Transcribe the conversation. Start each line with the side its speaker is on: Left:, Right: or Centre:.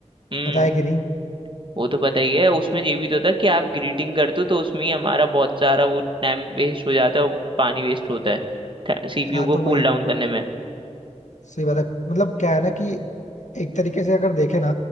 Right: हम्म
Left: पता है कि नहीं
Right: वो तो पता ही है उसमें ये भी तो था कि आप ग्रीटिंग करते हो तो उसमें ही हमारा बहुत सारा वो टाइम वेस्ट हो जाता है और पानी वेस्ट होता है सीपीयू
Left: हाँ
Right: को
Left: तो वही
Right: कूल डाउन करने में
Left: सही बात है मतलब क्या है ना कि एक तरीके से अगर देखें ना